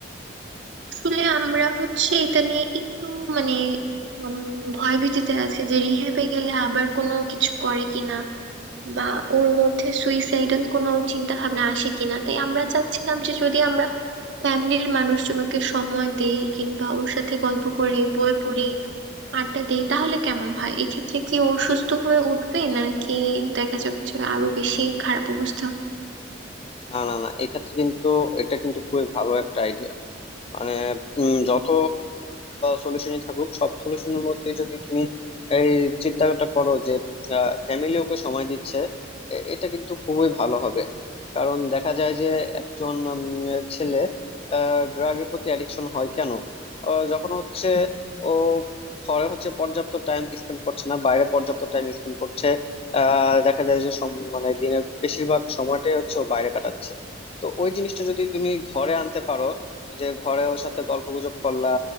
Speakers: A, on the right; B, on the left.
A: আসলে আমরা হচ্ছে এটা নিয়ে একটু মানে উম, ভয় ভীতিতে আছে যে রিহ্যাবে গেলে আবার কোনো কিছু করে কিনা বা ওর মধ্যে সুইসাইডাল কোনো চিন্তা ভাবনা আসে কিনা তাই আমরা চাচ্ছিলাম যে যদি আমরা ফ্যামিলির মানুষজনকে সময় দেই কিংবা ওর সাথে গল্প করি বই পড়ি আড্ডা দেই তাহলে কেমন হয় এক্ষেত্রে কি ও সুস্থ হয়ে উঠবে নাকি দেখা যাবে যে আরো বেশি খারাপ অবস্থা
B: না না না এক্ষেত্রে কিন্তু এটা কিন্তু খুবই ভালো একটা মানে উম, যত সলিউশনই থাকুক সব সলিউশনের মধ্যে যদি তুমি এই চিন্তাটা করো যে ফ্যামিলি ওকে সময় দিচ্ছে এ- এটা কিন্তু খুবই ভালো হবে কারণ দেখা যায় যে একজন উম, ছেলে ড্রাগের প্রতি অ্যাডিকশন হয় কেন আহ, যখন হচ্ছে ও ঘরে হচ্ছে পর্যাপ্ত টাইম স্পেন্ড করছে না বাইরে পর্যাপ্ত টাইম স্পেন্ড করছে আহ দেখা যায় যে সম- মানে দিনের বেশিরভাগ সময়টাই হচ্ছে ও বাইরে কাটাচ্ছে তো ওই জিনিসটা যদি তুমি ঘরে আনতে পারো যে ঘরে ওর সাথে গল্প গুজব করলা